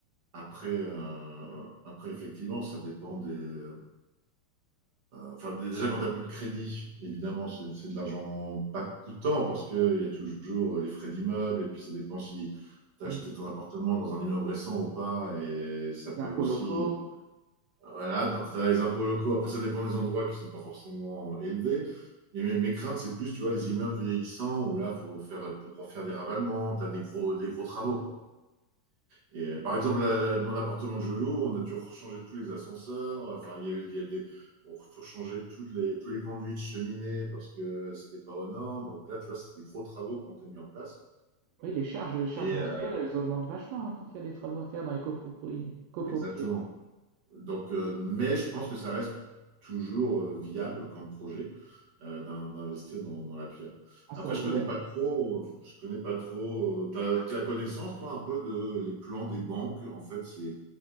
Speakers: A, on the right (about 50°); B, on the right (about 75°).
A: Après, euh, après, effectivement, ça dépend des. euh, Enfin, d- déjà, quand tu n'as plus de crédit, évidemment, c'est c'est de l'argent pas coûtant parce qu'il y a toujours les frais d'immeuble et puis ça dépend si tu
B: Oui.
A: as acheté ton appartement dans un immeuble récent ou pas. Et ça peut
B: Les impôts
A: aussi.
B: locaux,
A: Voilà, tu as les impôts locaux. Après, ça dépend des endroits qui sont pas forcément élevés. Mais mes, mes craintes, c'est plus, tu vois, les immeubles vieillissants où là, faut faire, refaire des ravalements, tu as des gros, des gros travaux, quoi. Et par exemple, la- la- mon appartement que je loue, on a dû changer tous les ascenseurs. Enfin, il y a, il y a des, on- faut changer toutes les, tous les conduits de cheminée parce que c'était pas aux normes. Donc là, tu vois, c'est des gros travaux qui ont été mis en place.
B: Oui, les charges, les charges
A: Et
B: mensuelles,
A: euh,
B: elles augmentent vachement hein, quand il y a des travaux à faire dans les copropri- copropriétés,
A: exactement. Donc, euh, mais je pense que ça reste toujours euh, viable comme projet euh, d'in- d'investir dans, dans la pierre.
B: hein, sur
A: Après,
B: le
A: je connais
B: long.
A: pas trop, euh, je connais pas trop. tu t'as, t'as connaissance, toi, un peu de les plans des banques. En fait, c'est